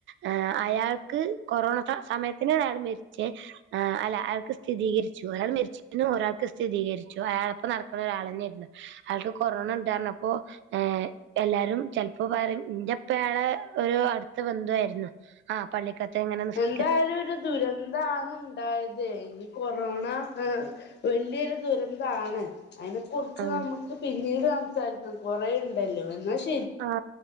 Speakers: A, on the right (about 70°); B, on the left (about 60°).
A: ആ അയാൾക്ക് കൊറോണ സമയത്തിനാണ് അയാൾ മര്ച്ചേ. അല്ല അയാൾക്ക് സ്ഥിതീകരിച്ചു. ഒരാൾ മെര്ച്ചീന്നു ഒരാൾക്ക് സ്ഥിതീകരിച്ചു അയാളപ്പ നടക്കണ ഒരാളെന്നെയാരുന്നു. അയാൾക്ക് കൊറോണ ഇണ്ട് അർഞ്ഞപ്പോ ഏ എല്ലാരും ചെൽപ്പോ പറിം ഇന്റെ പ്പേണ് ഒരു അട്ത്ത ബന്ധുവാര്ന്നു. ആഹ പള്ളിക്ക എങ്ങന നിസ്ക്ക
B: എന്തായാലും ഒരു ദുരന്താണ് ണ്ടായ അതെ ഈ കൊറോണ വല്യൊരു ദുരന്താണ്- അതിനെ കുറിച്ച്
A: ആഹ്
B: നമുക്ക് പിന്നീട്- സംസാരിക്ക കൊറേയിണ്ടല്ലോ എന്ന -
A: ആഹ